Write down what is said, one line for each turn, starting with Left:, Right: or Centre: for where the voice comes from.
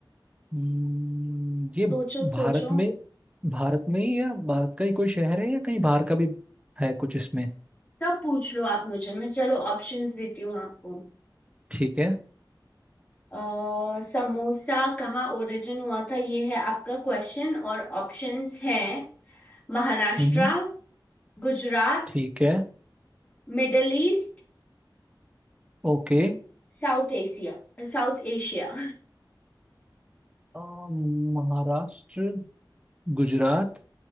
Right: हम्म, ये
Left: सोचो
Right: भारत
Left: सोचो
Right: में भारत में ही या भारत का ही कोई शहर है या कहीं बाहर का भी है कुछ इसमें
Left: तब पूछ लो आप मुझे मैं चलो ऑप्शंस देती हूँ आपको
Right: ठीक है
Left: अ, समोसा कहाँ ओरिजिन हुआ था ये है आपका क्वेश्चन और ऑप्शंस हैं Maharashtra
Right: हम्म
Left: Gujarat
Right: ठीक है
Left: Middle East
Right: ओके
Left: South Asia South Asia
Right: अ, महाराष्ट्र गुजरात